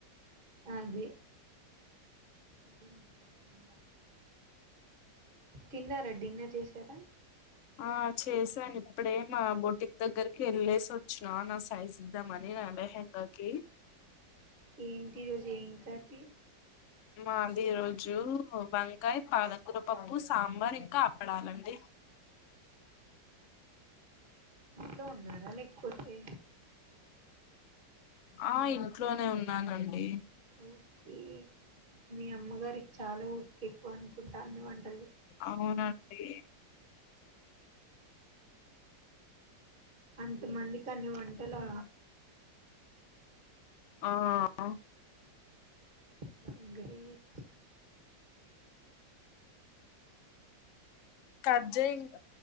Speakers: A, on the right (about 30°); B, on the left (about 75°).
A: అది ఎమ్ వడలే తిందమంటే తిన్నారా డిన్నర్ జేశారా.
B: ఆ చేసానిప్ ఇప్పుడే మా బోటింగ్ దగ్గర్ కేలేస్ ఒచ్చిన నా సైజ్ ఇదామని నా లెహగాకి
A: ఏంటి ఈ రోజు ఏ కర్ తీ
B: మాన్ ఈ రోజు వంకాయ్, పాలకూర పప్పు, సాంబార్, ఇంకా ఆప్పడాలండి.
A: లో ఉన్నారా లేకపోతే
B: ఆ ఇంట్లోనే ఉన్నానండి.
A: ఓకే మీ అమ్మగారికి చాలా ఓపిక ఎక్కువ అనుకుంటా అన్ని వంట్
B: అవునం డి.
A: అంత మందికి అన్నీ వంటలా
B: ఆ ఆ
A: హ్ గ్రేచ్
B: కట్జెయ్ ఇంకా